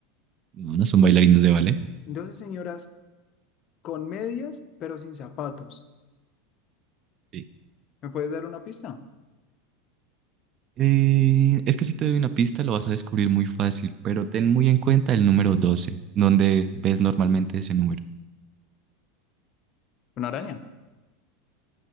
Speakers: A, on the right; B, on the left.
A: no, no son bailarines de ballet.
B: 12 señoras con medias pero sin zapatos.
A: Sí.
B: ¿Me puedes dar una pista?
A: Eh, es que si te doy una pista lo vas a descubrir muy fácil, pero ten muy en cuenta el número doce donde ves normalmente ese número.
B: Una araña.